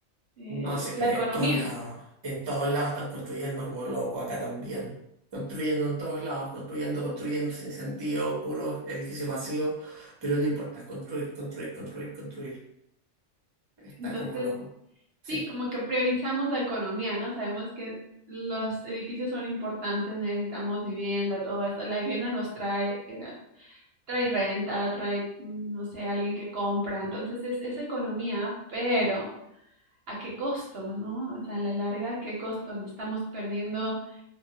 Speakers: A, on the right (about 60°); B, on the right (about 30°).
A: eh,
B: No sé,
A: la economía.
B: en todos lados, en todos lados están construyendo como loco, acá también. Construyendo en todos lados, construyendo, construyendo sin sentido, puros edificios vacíos, pero no importa, construir, construir, construir, construir. Está
A: Entonces...
B: como loco. Sí,
A: Sí, como que priorizamos la economía, ¿no? Sabemos que los edificios son importantes, necesitamos vivienda, todo esto. La vivienda nos trae, eh, trae renta, trae, mm, no sé, alguien que compra. Entonces es, es economía, pero ¿a qué costo, no? O sea, a la larga, ¿a qué costo? Estamos perdiendo